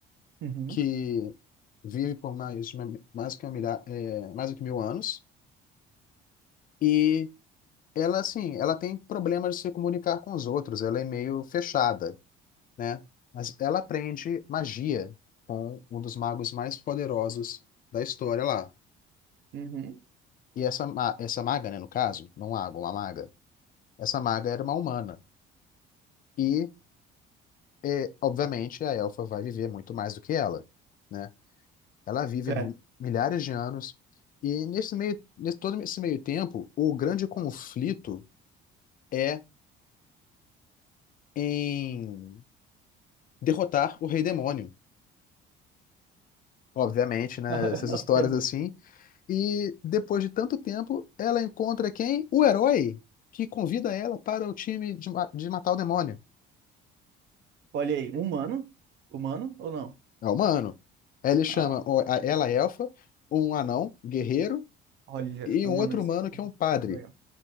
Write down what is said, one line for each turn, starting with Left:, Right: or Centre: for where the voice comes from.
Right: Uhum,
Left: que vive por mais, de uma- mais que uma milha- é, mais do que mil anos. E ela assim, ela tem problemas de se comunicar com os outros, ela é meio fechada, né? Mas ela aprende magia com um dos magos mais poderosos da história lá.
Right: uhum.
Left: E essa ma- essa maga, né, no caso, não um mago, uma maga. Essa maga era uma humana e é, obviamente a elfa vai viver muito mais do que ela, né? Ela vive
Right: É.
Left: mu- milhares de anos e nesse meio, nesse todo esse meio tempo, o grande conflito é em derrotar o rei demônio Obviamente, né?
Right: <laughs>
Left: Essas histórias
Right: Obviamente.
Left: assim. E depois de tanto tempo, ela encontra quem? O herói que convida ela para o time de, ma- de matar o demônio.
Right: Olha aí, humano? Humano ou não?
Left: É o humano. Aí ele chama
Right: Ah,
Left: o-
Right: ah,
Left: a- ela é elfa, um anão, guerreiro,
Right: olha,
Left: e
Right: é
Left: um
Right: humano.
Left: outro
Right: isso.
Left: humano que é um padre,
Right: Legal.